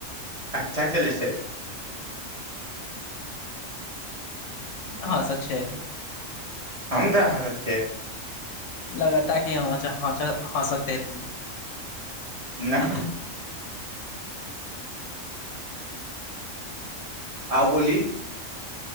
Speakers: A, on the right; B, on the left.
A: अच्छा चलै छैइ
B: हँ सच है
A: हम्म तांहा रहै छियै
B: लगता कि हंच हंच हँसते तू
A: नह आउ बोली